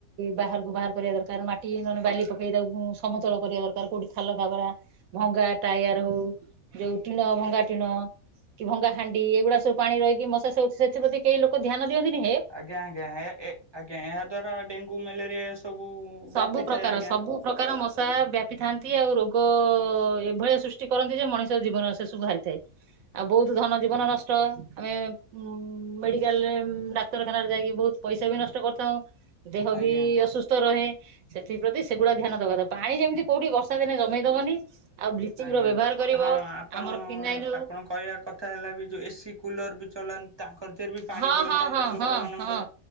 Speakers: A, on the right; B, on the right.
A: ବାହାରକୁ ବାହାର କରିବା ଦରକାର। ମା ଟି ନହେଲେ ବାଲି ପକେଇ ତାକୁ ସମତଳ କରିବା ଦରକାର। କୋଉଠି ଖାଲ ଖାବରା ଭଙ୍ଗା ଟାୟାର୍ ହଉ ଯୋଉ ଟିଣ ଭଙ୍ଗା ଟିଣ କି ଭଙ୍ଗା ହାଣ୍ଡି ଏଗୁଡା ସବୁ ପାଣି ରହିକି ମଶା ସବୁ ସେଥିପ୍ରତି କେହି ଲୋ କ ଧ୍ୟାନ ଦଅନ୍ତିିନି।
B: ଆଜ୍ଞା, ଆଜ୍ଞା, ଆଜ୍ଞା, ଏ ଆଜ୍ଞା ଏହା ଦ୍ଵାରା ଡେଙ୍ଗୁ ମେଲେରିଆ ଏ ସବୁ ବ୍ୟାପିଥାଏ
A: ସବୁ ପ୍ରକାର
B: ଆଜ୍ଞା।
A: ସବୁ ପ୍ରକାର ମଶା ବ୍ୟାପିଥାନ୍ତି ଆଉ ରୋଗ ଏଭଳିଆ ସୃଷ୍ଟି କରନ୍ତି ଯେ ମଣିଷ ଜୀବନ ଶେଷୁକୁ ହାରିଥାଏ। ଆଉ ବୋହୁତୁ ଧନ ଜୀବନ ନଷ୍ଟ ଆମେ ଉଁ ମେଡିକାଲରେ ଉଁ ଡାକ୍ତରଖାନାରେ ଯାଇକି ବୋହୁତ ପଇସା ବି ନଷ୍ଟ କରିଥାଉଁ ଦେହ
B: ଆଜ୍ଞା
A: ବି ଅସୁସ୍ ତ ରହେ ସେଥିପ୍ରତି ସେଗୁଡା ଧ୍ୟାନ ଦବା <unintelligible> ପାଣି ଯେମତି କୋଉଠି ବର୍ଷା ଦିନେ ଜମେଇ ଦବନି। ଆଉ ବ୍ଲିଚିଂ
B: ଆଜ୍ଞା
A: ର ବ୍ୟବହାର କରିବ
B: ହଁ ଆପଣ
A: ଆମର ଫିନାଇଲ
B: ଆପଣ କହିବା କ ଥା ହେଲା ବି ଯୋଉ ଏସିି କୁଲର୍ ବି ଚଲାନ୍ ତାଙ୍କର ଧିଏରେ ବି ପାଣି
A: ହଉ।
B: ରହିଥାଏ
A: ହଁ ହଁ ହଁ
B: ଲୋକମାନଙ୍କ
A: ହଁ ହଁ।